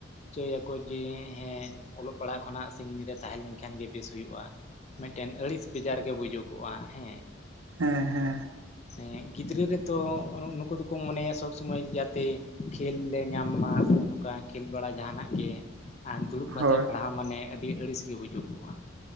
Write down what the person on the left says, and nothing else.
ᱪᱟᱹᱭᱟ ᱠᱚ ᱡᱮ ᱦᱮᱸ ᱚᱞᱚᱜ ᱯᱟᱲᱦᱟᱜ ᱠᱷᱚᱱᱟᱜ ᱥᱟᱺᱜᱤᱧ ᱨᱮ ᱛᱟᱦᱮᱸ ᱞᱮᱱ ᱠᱷᱟᱱ ᱜᱮ ᱵᱮᱥ ᱦᱩᱭᱩᱜ-ᱟ᱾ ᱢᱮᱫᱴᱮᱱ ᱟᱹᱲᱤᱥ ᱵᱮᱜᱟᱨ ᱜᱮ ᱵᱩᱡᱩᱠᱚᱜ-ᱟ ᱦᱮᱸ᱾
ᱮᱸ ᱜᱤᱫᱽᱨᱟᱹ ᱨᱮᱛᱚ ᱱᱩᱠᱩ ᱫᱚᱠᱚ ᱢᱚᱱᱮᱭᱟ ᱥᱚᱵᱽ ᱥᱚᱢᱚᱭ ᱡᱟ ᱛᱮᱼᱼ ᱠᱷᱮᱞ ᱞᱮ ᱧᱟᱢ ᱢᱟ ᱥᱮ ᱱᱚᱸᱠᱟ ᱠᱷᱮᱞ ᱵᱟᱲᱟ ᱡᱟᱦᱟᱸ ᱱᱟᱜ ᱜᱮᱼᱼ ᱟᱨ ᱫᱩᱲᱩᱵ ᱠᱟᱛᱮᱫ
ᱯᱟᱲᱦᱟᱣ ᱢᱟᱱᱮ ᱟᱹᱰᱤ ᱟᱹᱲᱤᱥ ᱜᱮ ᱵᱩᱡᱩᱠᱚᱜ-ᱟ᱾